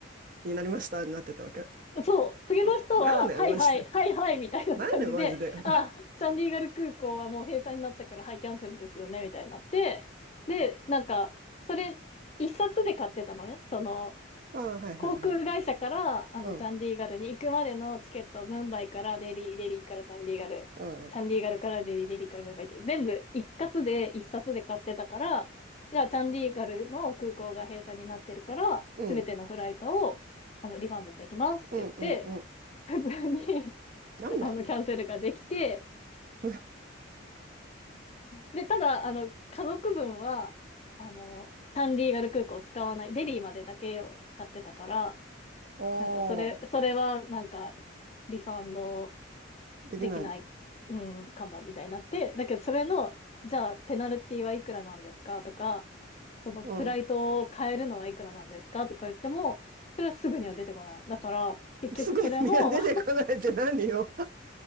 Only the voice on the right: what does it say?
になりましたになってたわけ。
あ、なんだよ、
マジで。
なんだよ、マジで。
<laughs>
あ、はいはいはい。
うん、
うん、う
ん、
うん、うん、うん。
なんなん
<laughs>
おー、
できない。
うん。
すごい、いや、出てこないって何よ。